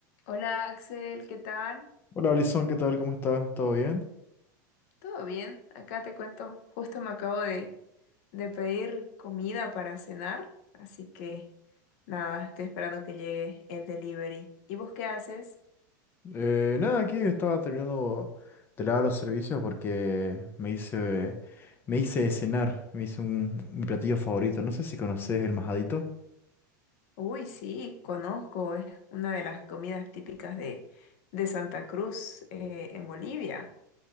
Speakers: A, on the left; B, on the left.
A: Hola Axel, ¿qué tal?
B: Hola Alison, ¿qué tal? ¿Cómo estás? ¿Todo bien?
A: ¿Todo bien? Acá te cuento, justo me acabo de, de pedir comida para cenar, así que nada, estoy esperando que llegue el delivery. ¿Y vos qué haces?
B: Eh, nada, aquí estaba terminando de lavar los servicios porque me hice, me hice de cenar, me hice un, mi platillo favorito. No sé si conoces el majadito.
A: Uy, sí, conozco, es una de las comidas típicas de, de Santa Cruz, eh, en Bolivia.